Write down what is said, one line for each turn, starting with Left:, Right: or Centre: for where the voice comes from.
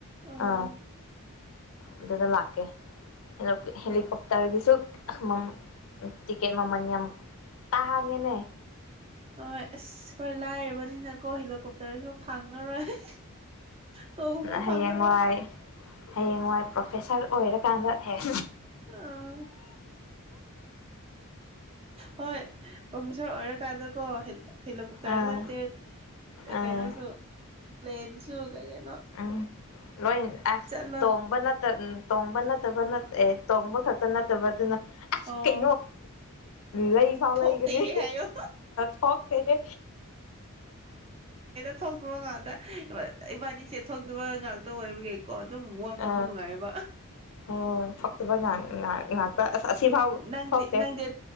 Right: ꯑꯥ
Left: ꯑ ꯑꯗꯨꯗ ꯂꯥꯛꯀꯦ ꯗꯣꯛ ꯇꯥꯔꯒꯤ ꯆꯨꯝ ꯇꯤꯀꯦ ꯃꯃꯥ ꯇꯥꯥꯉꯅꯦ
Right: ꯍ ꯑꯁ ꯑꯩꯈꯣꯏ ꯂꯥꯏꯔꯕꯅꯤꯅꯀꯣ ꯍꯦꯂꯤꯀꯣꯞꯇꯔꯁꯨ ꯐꯪꯉꯔꯣꯏ ꯇꯣꯡꯕ
Left: ꯍꯌꯦꯡ
Right: ꯐꯪꯉꯔꯣꯏ
Left: ꯋꯥꯏ ꯍꯌꯦꯡꯋꯥꯏ ꯄ꯭ꯔꯣꯐꯦꯁꯔ ꯑꯣꯏꯔꯀꯥꯟꯗ ꯍꯦꯛ
Right: ꯑ ꯍꯣꯏ ꯄꯐꯁ ꯑꯣꯏꯔ ꯀꯥꯖ ꯀꯣ ꯍꯦꯜ ꯈꯤꯂꯣꯛꯄꯇꯔ
Left: ꯑꯥ
Right: ꯅꯠꯇꯦ
Left: ꯑꯥ
Right: ꯀꯩꯅꯣꯁꯨ ꯄ꯭ꯂꯦꯟꯁꯨꯨ ꯀꯒꯦ
Left: ꯎꯝ ꯂꯣꯏ ꯑꯁ
Right: ꯆꯠꯂꯣ
Left: ꯇꯣꯡꯕ ꯇꯣꯡꯕ ꯅꯠꯇꯕ ꯑꯦ ꯇꯣꯡꯕ ꯈꯛꯇ ꯅꯠꯇꯕ ꯑꯗꯨꯅ ꯑꯁ
Right: ꯑꯣ
Left: ꯀꯩꯅꯣ ꯂꯩ ꯐꯥꯎ
Right: ꯊꯣꯛꯇꯦꯍꯦ
Left: ꯂꯩꯒꯅꯤ
Right: ꯍꯥꯏꯌꯣ
Left: ꯊꯣꯛꯇꯦꯅꯦ
Right: ꯊꯧꯇꯣꯔ ꯉꯥꯛꯇ ꯏꯕꯥꯅꯤꯁꯦ ꯊꯣꯛꯇꯕ ꯉꯥꯛꯇ ꯑꯣꯏꯕꯒꯤ ꯀꯣ ꯑꯗꯨꯝ ꯃ
Left: ꯑ
Right: ꯉꯕꯨ ꯅꯨꯡꯉꯥꯏꯕ
Left: ꯑꯣ ꯊꯣꯛꯇꯕ ꯉꯥꯛ ꯉꯥꯛꯇ ꯑꯁ ꯑꯁꯤꯐꯥꯎ
Right: ꯅꯪꯗꯤ
Left: ꯊꯣꯛꯇꯦ
Right: ꯅꯪꯗꯤ